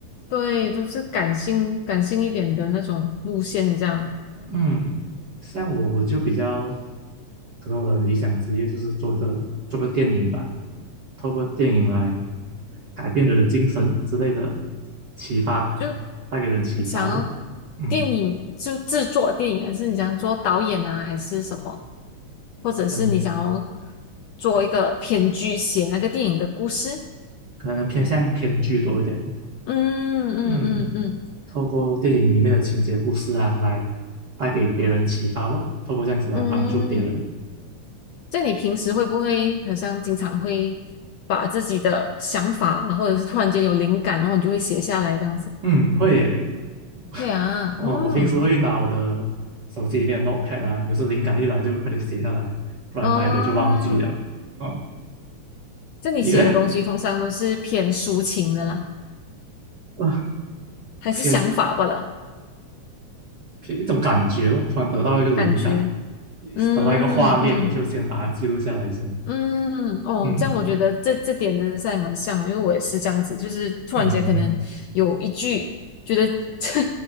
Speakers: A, on the left; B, on the right.
A: 对，都是感性感性一点的那种路线，这样
B: 嗯，像我我就比较，可能我的理想职业就是做个做个电影吧，透过电影来改变人的精神之类的启发，
A: 就
B: 带给人启发咯。
A: 想要
B: 嗯
A: 电影就制作电影，还是你想做导演啊，还是什么，
B: 嗯，
A: 或者是你想要
B: 可能
A: 做一个编剧，写那个电影的故事？
B: 可能偏向偏剧多一点咯。
A: 嗯嗯嗯嗯
B: 嗯，透过电影里面的情节故事啊，来带给别人启发咯，透过这样子来帮助别人。
A: 嗯，在你平时会不会好像经常会把自己的想法啊，或者是突然间有灵感，然后你就会写下来这样子？
B: 嗯，会耶。<laughs>
A: 会啊，
B: 哦，
A: 嗯，
B: 我平时会拿我的手机里面的 Notepad 啊，有时灵感一来就快点写下来，不然待会就忘记了。
A: 哦，
B: 哦，
A: 这你写的东西通常都是偏抒情的啦，
B: 你嘞？啊，
A: 还是想法罢了，
B: 偏偏一种感觉咯，突然得到一个灵感，
A: 感觉，嗯嗯。
B: 找到一个画面，就先把它记录下来先。
A: 嗯，哦，
B: 嗯
A: 这样我觉得这这点真的是还蛮像的，因为我也是这样子，就是突然间可能有一句觉得
B: 嗯
A: <laughs>